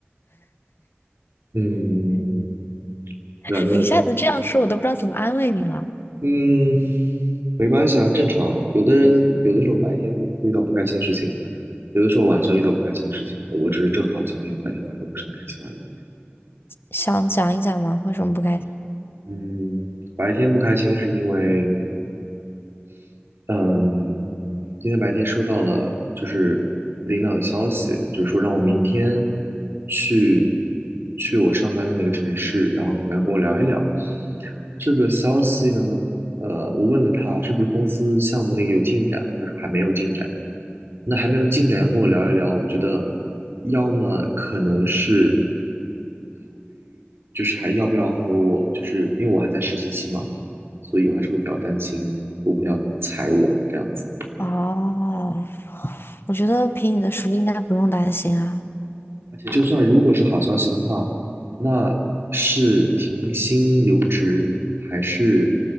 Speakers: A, on the right (about 65°); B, on the left (about 60°).
A: 嗯，
B: <laughs>
A: 对啊，因为
B: 你一下子这样说，我都不知道怎么安慰你了。
A: 嗯，没关系啊，正常。有的人有的时候白天遇到不开心的事情，有的时候晚上遇到不开心的事情。我只是正好今天白天晚上都不是很开心而已。
B: 想讲一讲吗？为什么不开心？
A: 嗯，白天不开心是因为嗯，今天白天收到了就是领导的消息，就是说让我明天去去我上班的那个城市，然后可能要跟我聊一聊。这个消息呢，呃，我问了他是不是公司项目那个有进展，他说还没有进展。那还没有进展，要跟我聊一聊，我觉得要么可能是。就是还要不要和我，就是因为我还在实习期嘛，所以我还是会比较担心会不会要裁我这样子。
B: 哦，我觉得凭你的实力应该不用担心啊。
A: 而且就算如果是好消息的话，那是停薪留职，还是